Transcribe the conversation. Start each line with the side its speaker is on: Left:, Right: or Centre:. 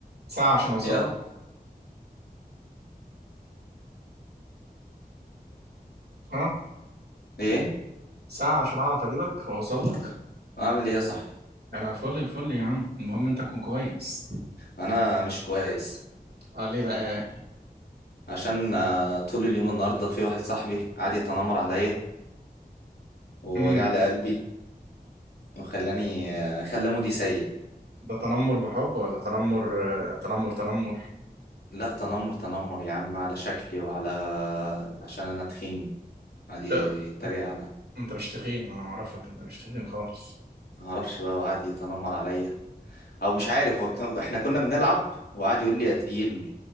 Right: ساعة عشان أوصل
Left: يا
Right: لك ها
Left: ايه
Right: ساعة عشان أعرف أجيبك وأوصل لك
Left: اعمل ايه يا صاحبي
Right: أنا فل الفل يا عم المهم أنت تكون كويس
Left: انا مش كويس
Right: أه ليه بقى
Left: عشان آه، طول اليوم النهارده في واحد صاحبي قعد يتنمر عليا ووجع
Right: امم
Left: لي قلبي وخلاني آه، خلى مودي سيء
Right: ده تنمر بحب ولا تنمر آه، تنمر تنمر
Left: لا تنمر تنمر يا عم على شكلي وعلى عشان انا تخين قعد يتريق
Right: آه،
Left: على
Right: أنت مش تخين أنا أعرفك أنت مش تخين خالص
Left: ما اعرفش بقى وقعد يتنمر عليا او مش عارف هو كان... احنا كنا بنلعب وقعد يقول لي يا تقيل